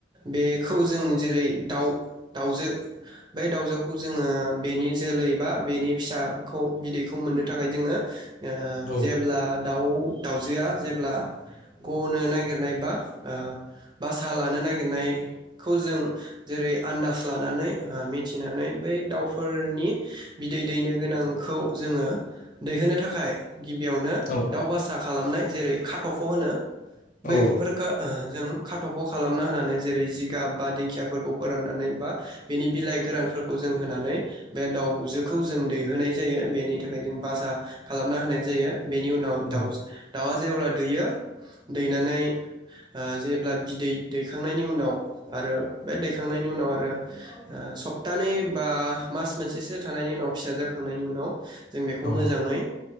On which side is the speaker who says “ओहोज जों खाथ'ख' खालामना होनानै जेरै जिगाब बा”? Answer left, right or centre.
Right